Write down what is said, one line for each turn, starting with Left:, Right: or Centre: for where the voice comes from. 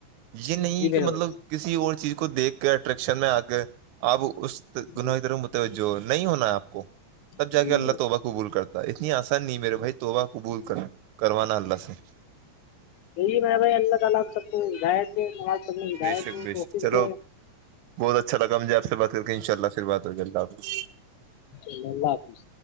Right: یہ نہیں
Left: جی میرے
Right: کہ مطلب
Left: بھائی
Right: کسی اور چیز کو دیکھ کے اٹریکشن میں آ کے آپ اس گنر
Left: جی
Right: متوجہ نہیں ہونا ہے آپ کو
Left: جی
Right: تب جا کے اللہ
Left: میرے بھائی
Right: توبا قبول کرتا اتنی آسان نہیں میرے بھائی توبہ قبول کر کروانا اللہ سے
Left: ڈلی میں بھائی الگا ہم سپدت ڈے نواز سد
Right: بے شک بے
Left: ڈف
Right: شک چلو
Left: ڈے
Right: بہت اچھا لگا مجھے آ سے بات کر کے ان شاء اللہ پھر بات ہو جی اللہ حافظ
Left: چلو اللہ حافظ